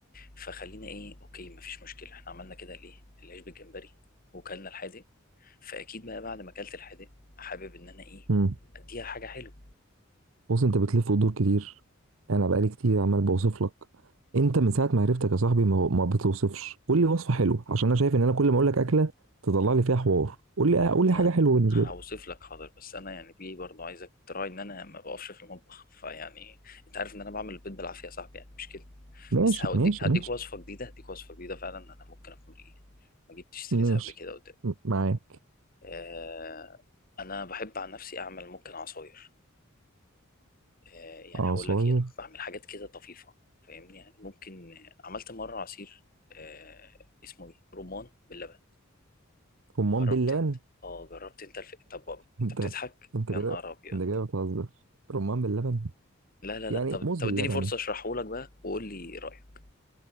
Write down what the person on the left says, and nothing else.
فخلينا ايه اوكي مفيش مشكله احنا عملنا كده الايه العيش بالجمبري وكلنا الحادق فاكيد بقى بعد ما اكلت الحادق حابب ان انا ايه
اديها حاجه حلوه
ما
هو
انت
هوصف
لك حاضر بس انا يعني بيه برضو عايزك تراعي ان انا ما بقفش في المطبخ فيعني انت عارف ان انا بعمل البيض بالعافيه يا صاحبي يعني مش كده
بس هوديك
هديك
وصفه جديده هديك وصفه جديده فعلا انا ممكن اكون ايه ما جبتش سيرتها
قبل كده قدام
آه انا بحب عن نفسي اعمل ممكن عصاير آه يعني
هقول لك ايه انا بعمل حاجات كده طفيفه فاهمني يعني ممكن عملت مره عصير آه اسمه ايه رمان باللبن
جربت
انت اه جربت انت الف... طب انت
بتضحك
يا
نهار ابيض
لا لا لا
طب
طب
اديني فرصه اشرحه لك بقى وقول لي رايك